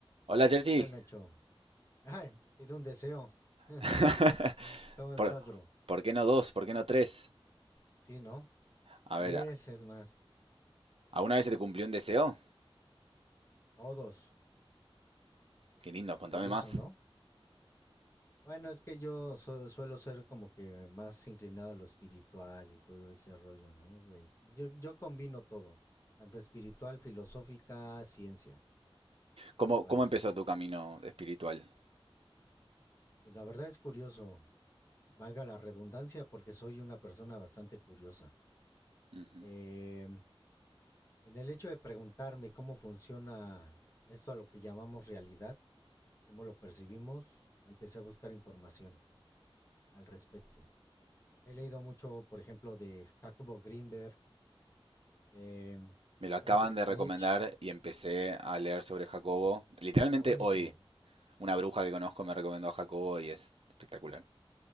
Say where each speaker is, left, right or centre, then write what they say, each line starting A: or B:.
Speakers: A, on the right; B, on the left.
A: Hola, Jersey.
B: ¿Qué tal, Nacho? Ay, pido un deseo. <laughs>
A: <laughs>
B: ¿Cómo estás,
A: ¿Por,
B: bro?
A: por qué no dos? ¿Por qué no tres?
B: Sí, ¿no?
A: A
B: Diez
A: ver,
B: es más.
A: ¿alguna vez se te cumplió un deseo?
B: Todos.
A: Qué lindo, contame
B: Curioso,
A: más.
B: ¿no? Bueno, es que yo su- suelo ser como que más inclinado a lo espiritual y todo ese rollo, ¿no? Ven, Yo, yo combino todo, tanto espiritual, filosófica, ciencia. ¿Qué
A: ¿Cómo,
B: te parece?
A: cómo empezó tu camino espiritual?
B: Pues la verdad es curioso, valga la redundancia, porque soy una persona bastante curiosa.
A: Ujú.
B: Em, en el hecho de preguntarme cómo funciona esto a lo que llamamos realidad, cómo lo percibimos, empecé a buscar información al respecto. He leído mucho, por ejemplo, de Jacobo Greenberg, eh,
A: Me lo acaban
B: Friedrich
A: de recomendar
B: Nietzsche.
A: y empecé a leer sobre Jacobo. Literalmente
B: Está buenísimo.
A: hoy, una bruja que conozco me recomendó a Jacobo y es espectacular.